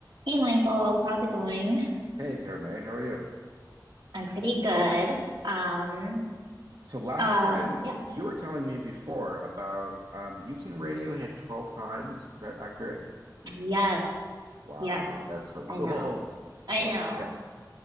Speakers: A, on the right (about 85°); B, on the right (about 70°).
A: Hey Michael, how's it going?
B: Hey, Terme, how are you?
A: I'm pretty good. Um,
B: So last
A: uh,
B: time
A: yeah.
B: you were telling me before about um you've seen Radiohead 12 times. Is that accurate?
A: Yes.
B: Wow,
A: Yes.
B: that's so <laughs> cool.
A: I know. I
B: What?
A: know.
B: Okay.